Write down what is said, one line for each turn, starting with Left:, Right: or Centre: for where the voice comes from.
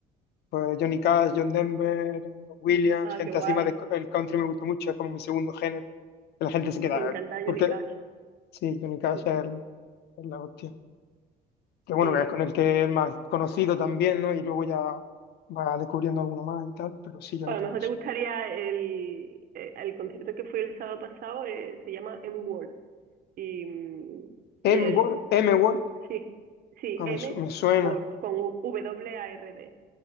Left: Pues Johnny Cash, John Denver, Don Williams,
Right: Ah,
Left: gente
Right: qué guay,
Left: así más de- el country me gustó mucho, es como mi segundo género. Que La gente se queda,
Right: me encanta Johnny
Left: porque
Right: Cash,
Left: sí, Johnny Cash
Right: Mm,
Left: es, el- es la hostia. Que bueno,
Right: sí.
Left: que es con el que es más conocido también, ¿no? Y luego ya va descubriendo alguno más y tal, pero sí, Johnny
Right: Pues a lo
Left: Cash.
Right: mejor te gustaría el, eh, el concierto que fui el sábado pasado, eh, se llama M-World, y, mm, y
Left: M
Right: él
Left: Word, M Word,
Right: Sí, sí,
Left: ah,
Right: M
Left: me, su- me suena,
Right: Word con U- W-A-R-D.